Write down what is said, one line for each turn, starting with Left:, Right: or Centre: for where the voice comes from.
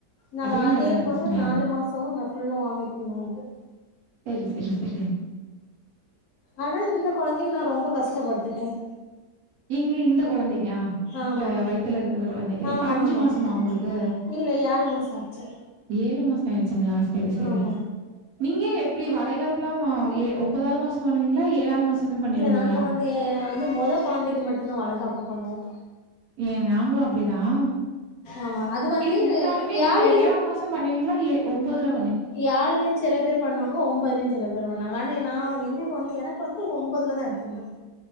Left: நா
Right: அதே மாரிதான் இருந்துச்சுங்ளா
Left: போல நாலு மாசமு நா ஃபுல்லு வாமிட்டிங் தா இருந்து
Right: செரி - செரி - செரி
Left: ஆனா இந்த குழந்தைக்கு நா ரொம்ப கஷ்டப்பட்டுட்டேன்
Right: ஏங்க இந்த குழந்தைக்கா இப்ப
Left: ஆமா
Right: வயி்த்துல இருக்கிற குழந்தைக்கா இப்ப
Left: ஆமா
Right: அஞ்சு
Left: ஆமா
Right: மாசமா உங்களுக்கு
Left: இல்ல ஏழு மாசோ ஆச்சு
Right: ஏழு மாசம் ஆயிருச்சுங்களா செரி - செரி
Left: ஆமா
Right: நீங்க எப் <unintelligible> வளைகாப்புலாம் ஓ ஏ ஒன்பதாவது மாசம் பண்ணுவீங்ளா ஏழாவது மாசமே பண்ணிருவீங்ளா
Left: நாங்க வந்து இல்ல மொத கொழந்தைக்கு மட்டும்தான் வளகாப்பு பண்ணுவோம்
Right: ஏ நாங்களும் அப்டிதான்
Left: ஆமா அது வந்து
Right: இல்ல இருந்தாலுமே நீங்க
Left: ஏழுலயு
Right: ஏழாம் மாசம் பண்ணுவீங்களா ஏ ஒன்பது ல
Left: <unintelligible> சில பேர் பண்ணுவாங்க ஒன்பதுலயும் சில பேர் பண்ணாங்க ஆனா நான் எங்களுக்கு வந்து எனக்கு வந்து ஒன்பதுலதான் எடுத்திருந்தது